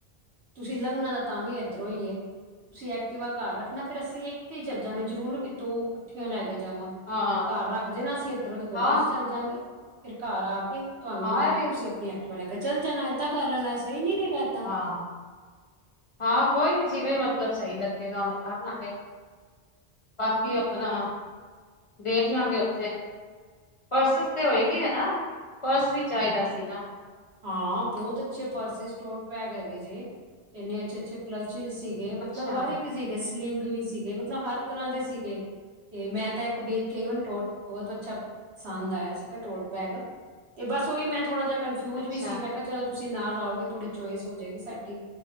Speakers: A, on the right (about 80°); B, on the left (about 35°).
A: ਤੁਸੀਂ ਲੰਘਣਾ ਤਾਂ ਵੀ ਇੱਧਰ ਹੀ ਏ ਤੁਸੀਂ ਐਕਟੀਵਾ ਘਰ ਰੱਖ ਨਾ ਫੇਰ ਅਸੀਂ ਇੱਕ ਤੇ ਹੀ ਚਲਜਾਂਗੇ, ਜ਼ਰੂਰ ਕਿ ਦੋ ਕੱਠੀਆਂ ਲੈ ਕੇ ਜਾਵਾਂਗੇ।
B: ਹਾਂ
A: ਘਰ ਰੱਖਦੇ ਨਾ ਅਸੀਂ ਇੱਧਰੋਂ ਦੀ ਗੱਡੀ
B: ਹਾਂ
A: ਚ ਚੱਲ ਜਾਂਗੇ, ਫਿਰ ਘਰ ਆ ਕੇ। ਤੁਹਾਨੂੰ
B: ਹਾਂ
A: ਮੈਂ
B: ਇਹ ਵੀ
A: ਤੁਸੀਂ ਆਪਣੀ ਐਕਟੀਵਾ ਲੈ ਕੇ ਚੱਲ ਜਾਣਾ, ਏਦਾਂ ਕਰ ਲੈਣਾ ਸਹੀ ਨੀ ਰਹੇ ਗਾ ਐਦਾਂ।
B: ਹਾਂ-ਹਾਂ, ਕੋਈ ਨੀ ਜਿਵੇਂ ਮਤਲਬ ਸਹੀ ਲੱਗੇਗਾ, ਉਵੇਂ ਕਰ ਲਾਂਗੇ। ਬਾਕੀ ਆਪਣਾ ਦੇਖ ਲਾਂਗੇ ਉੱਥੇ, ਪਰਸਿਸ ਤੇ ਹੋਏਗੀ ਹੈ, ਨਾ ਪਰਸ ਵੀ ਚਾਹੀਦਾ ਸੀਗਾ।
A: ਹਾਂ ਬਹੁਤ ਅੱਛੇ ਪਰਸ ਸੀ, ਸਟੋਟ ਬੈਗ ਹੈਗੇ, ਜੇ ਇੰਨੇ ਅੱਛੇ ਅੱਛੇ <inaudible> ਕਲਚ ਸੀਗੇ ਮਤਲਬ
B: ਅੱਛਾ
A: ਹਰ ਇੱਕ ਸੀਗੇ ਸਲਿੰਗ ਵੀ ਸੀਗੇ, ਮਤਲਬ ਹਰ ਤਰ੍ਹਾਂ ਦੇ ਸੀਗੇ। ਤੇ ਮੈਂ ਤਾਂ ਇੱਕ ਵੇਖ ਕੇ ਆਈਂ ਟੋਟ ਬਹੁਤ ਅੱਛਾ ਪਸੰਦ ਆਇਆ ਸੀਗਾ ਟੋਟ ਬੈਗ। ਤੇ ਬਸ ਉਹੀ ਮੈਂ ਥੋੜ੍ਹਾ ਜਿਹਾ ਕਨਫਿਊਜ
B: ਅੱਛਾ
A: ਵੀ ਸੀ, ਮੈਂ ਕਿਹਾ ਚਲੋ ਤੁਸੀਂ ਨਾਲ ਆਓਗੇ, ਥੋੜ੍ਹੀ ਚੋਇਸ ਹੋ ਜਾਏਗੀ ਸਾਡੀ।